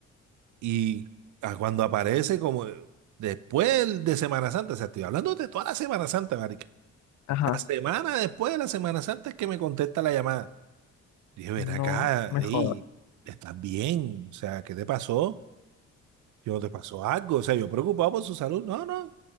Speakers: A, on the right; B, on the left.
A: Y a cuando aparece, como después de Semana Santa, o sea, estoy hablando de toda la Semana Santa, marica.
B: ajá,
A: La semana después de la Semana Santa es que me contesta la llamada. Dije, ven
B: no
A: acá,
B: me
A: ey,
B: jodas.
A: ¿estás bien? O sea, ¿qué te pasó? Yo, ¿te pasó algo? O sea, yo preocupado por su salud. No, no,